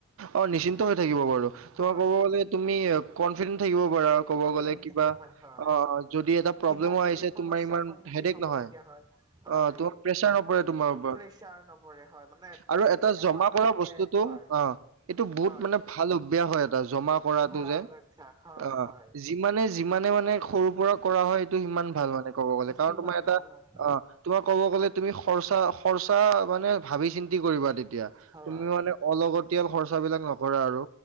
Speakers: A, on the right (about 70°); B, on the right (about 20°).
A: অ' নিশ্চিন্ত হৈ থাকিব পাৰো, তোমাৰ
B: হয়
A: কব গলে তুমি। কনফিডেন্ থাকিব পাৰা আৰু ক'ব
B: কনফিডেন্ট
A: গলে, কিবা
B: থাকিব পাৰি হয়
A: অ যদি এটা প্ৰব্লেম
B: কিবা যদি
A: আহিছে।
B: সমস্যাৰ
A: তোমাৰ ইমান
B: সন্মুখীন
A: হেডএক
B: হবলগীয়া
A: নহয়,
B: হয় হয়
A: অ' তোমাৰ প্ৰেচাৰ নপৰে তোমাৰ ওপৰত।
B: প্ৰেচাৰ নপৰে হয় মানে
A: আৰু
B: এ
A: এটা
B: এনেকুৱা
A: জমা কৰা
B: থাকে
A: বস্তুতটো।
B: হয়
A: অ' এইটো বহুত
B: হয়
A: মানে ভাল অভ্যাস হয় এটা জমা কৰাটো
B: ভাল
A: যে,
B: অভ্যাস হয়
A: অ'
B: হয়।
A: যিমানে যিমানে মানে সৰু পৰা কৰা হয় এইটো সিমান ভাল মানে ক'ব গলে কাৰণ
B: কিমান
A: তোমাৰ এটা
B: ভাল হয়
A: অ' তোমাক কব গ'লে তুমি সৰচা খৰ্চা মানে ভাবি চিন্তি কৰিবা তেতিয়া
B: হয়
A: তুমি মানে। অলগতিয়াল খৰচ বিলাক নকৰা আৰু